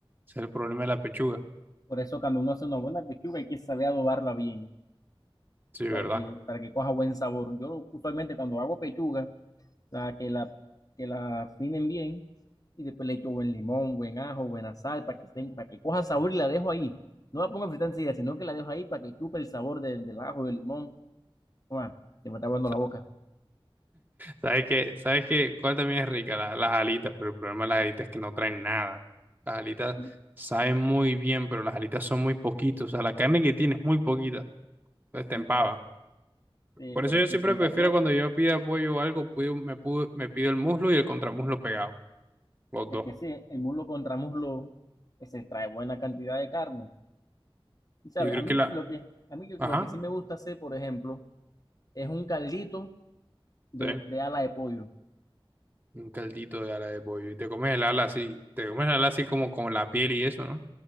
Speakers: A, on the right (about 20°); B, on the left (about 40°).
A: Ese es el problema de la pechuga.
B: por eso cuando uno hace una buena pechuga hay que saber adobarla bien,
A: Sí, ¿verdad?
B: para que, para que coja buen sabor. Yo usualmente cuando hago pechuga, sea, que la, que la afinen bien y después le echo buen limón, buen ajo, buena sal para que estén, para que coja sabor y la dejo ahí. No la pongo a fritar enseguida, sino que la dejo ahí para que chupe el sabor del, del ajo del limón. Uah, se me está aguando
A: <laughs>
B: la boca.
A: ¿Sabes qué? ¿Sabes qué? ¿Cuál también es rica? La- las alitas, pero el problema de las alitas es que no traen nada. Las alitas
B: Sí,
A: saben muy bien, pero las alitas son muy poquitos. O sea, la carne que tiene es muy poquita. Entonces
B: En
A: te empava.
B: efecto, eh,
A: Por eso
B: pero
A: yo
B: es
A: siempre
B: que son
A: prefiero
B: sabrosas.
A: cuando yo pido apoyo o algo, pido- me, pudo- me pido el muslo y el contramuslo pegado, los
B: Es
A: dos.
B: que sí, el muslo contra muslo eh, se trae buena cantidad de carne. Y sabes,
A: Yo creo
B: a mí
A: que la,
B: lo que, a mí lo
A: ajá,
B: que sí me gusta hacer, por ejemplo, es un caldito de,
A: sí,
B: de ala de pollo.
A: un caldito de ala de pollo y te comes el ala así, te comes el ala así como con la piel y eso, ¿no?